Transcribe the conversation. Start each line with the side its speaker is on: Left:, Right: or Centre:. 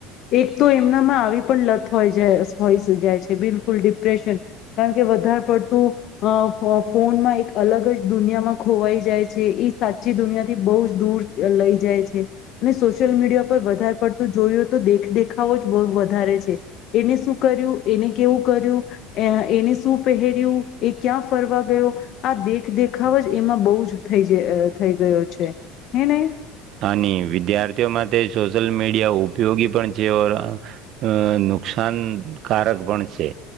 Left: એક તો એમનામાં આવી પણ લત હોય જાય હોય જાય છે બિલકુલ ડિપ્રેશન કારણ કે વધારે પડતું અ ફોનમાં એક અલગ જ દુનિયામાં ખોવાઈ જાય છે એ સાચી દુનિયાથી બહુ જ દૂર લઈ જાય છે અને સોશિયલ મીડિયા પર વધારે પડતું જોયું તો દેખદેખાવો જ બહું વધારે છે એને શું કર્યું એને કેવું કર્યું એ એને શું પહેર્યું એ ક્યાં ફરવા ગયો આ દેખ દેખાવ જ એમાં બહુ જ થઈ જ થઈ ગયો છે એ ને
Right: આની વિદ્યાર્થીઓ માટે સોશિયલ મીડિયા ઉપયોગી પણ છે <unintelligible> અ નુકસાનકારક પણ છે.